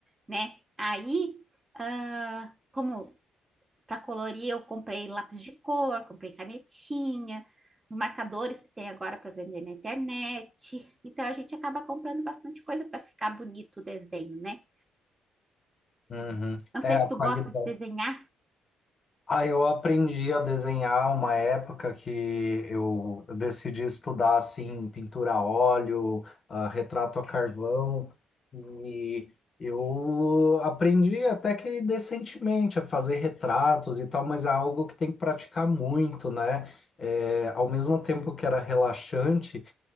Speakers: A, on the right; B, on the left.
A: né? Aí, ah, como para colorir, eu comprei lápis de cor, comprei canetinha, os marcadores que tem agora para vender na internet. Então a gente acaba comprando bastante coisa para ficar bonito o desenho, né?
B: Uhum.
A: Não
B: É
A: sei
B: a
A: se tu
B: qualidade.
A: gosta de desenhar.
B: Ah, eu aprendi a desenhar uma época que eu eu decidi estudar assim pintura a óleo, ah, retrato a carvão e eu aprendi até que decentemente a fazer retratos e tal, mas é algo que tem que praticar muito, né? É, ao mesmo tempo que era relaxante,